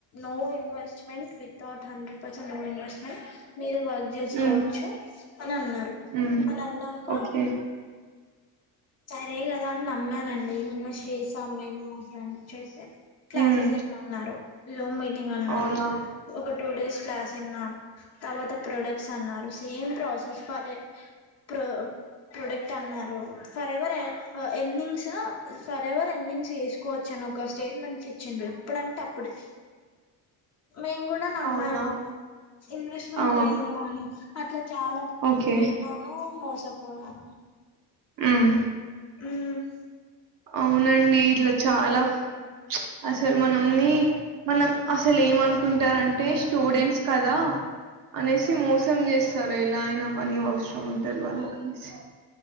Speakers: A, on the left; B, on the right.
A: no investment without hundred percent no invest meant మీర్ వర్క్ చేసుకోవచ్చు
B: ఉమ్,
A: అని అన్నారు
B: ఉమ్.
A: ఆ అన్నంక
B: ఓకే
A: సరే కదా అని నమ్మానండి ఇన్వెస్ట్ చేసాం మేము మా ఫ్రెండ్ చేసే క్లాసెస్
B: ఉమ్,
A: ఇనమన్నారు జూమ్ మీటింగ్ అన్నారు
B: అవునా
A: ఒక టూ డేస్ క్లాస్ ఇన్నాం తర్వాత ప్రొడక్ట్స్ అన్నారు ఏం ప్రాసెస్ ఫరె ప్రో-ప్రొడక్ట్ అన్నారు for ever earnings for ever earnings చేసుకోవచ్చు అని ఒకస్ స్టేట్మెంట్స్ ఇచ్చిండ్రు ఎప్పుడంటే అప్పుడు మేము కూడా నమ్మాము
B: అవునా
A: ఇన్వెస్ట్మెంట్
B: ఆ,
A: లేదేమో అని అట్లా చాల
B: ఓకే
A: విన్నాము మోసపోయం
B: మ్
A: మ్
B: అవునండి ఇట్లా చాలా అసలు మనంని మనం అసలు ఏమనుకుంటారంటే స్టూడెంట్స్ కదా అనేసి మోసం చేస్తరు ఎలా అయినా మనీ అవసరం ఉంటది వాళ్ళకి అనేసి